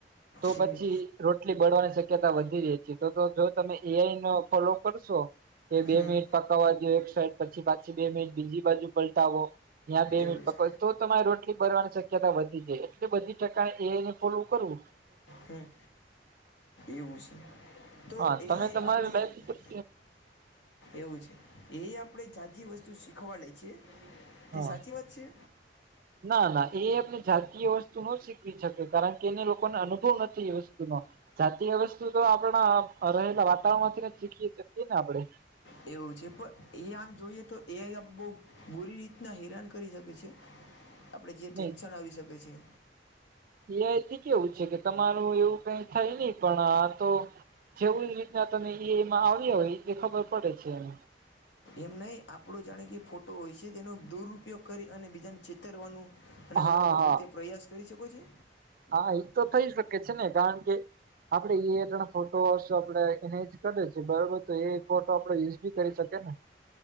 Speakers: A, on the right; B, on the left.
A: તો
B: હમ
A: પછી રોટલી બળવાની શક્યતા વધી રહી છે. તો તો જો તમે એઆઈનો ફોલો કરશો કે બે
B: હમ
A: મિનિટ પકવા જો એક સાઈડ પછી, પાછી બે મિનિટ બીજી, બાજુ પલટાવો ત્યા, બે
B: એવું
A: મિનટ
B: છે
A: પકડ તો તમાર રોટલી બરવાની, શક્યતા વધી જાય. એટલે બધી જગા એઆઈને ફોલો કરવુ
B: હમ એવું છે, તો
A: હા
B: એઆઈ
A: તમે તમારી
B: આપણેે
A: લાઈફ ઉપર
B: એવું છે, એ આપડે જાઝી વસ્તુ શીખવાડે છીએ તે
A: હા
B: સાચી વાત છે.
A: ના ના એ આપને જાતીય વસ્તુ ન શીખવી શકે કારણ કે એને લોકોને, અનુભવ નથી, એ વસ્તુનો જાતીય વસ્તુ, તો આપણા રહેલા વાતાવરણમાંથી શીખીએ શકીએને આપણે
B: એવું છે, પણ એ આમ જોઈએ તો એઆઈ આપ બઉ બુરી રીતના હેરાન કરી શકે છે. આપણેે જે ટેન્શન,
A: નહી
B: આવી શકે છે.
A: એઆઈથી કેવું છે, કે તમારું એવું કઈ થાય નહી, પણ આ તો જેવી રીતના તમે એઆઈમાં આવ્યા હોય, એ ખબર પડે છે, એને
B: એમ નહી, આપણો જાણે કે ફોટો હોય છે. તેનો દુરુપયોગ કરી અને બીજાને છેતરવાનુ અને
A: હા
B: અલગ, અલગ
A: હા
B: રીતે પ્રયાસ કરી શકો છો.
A: હા એ તો થઈ શકે છે, ને કારણ કે આપડે એઆઈ જોડે ફોટો આપડે એને જ કરે છે, તો એ બરોબર તો એ ફોટો આપડે યુઝ બી કરી શકીએ ને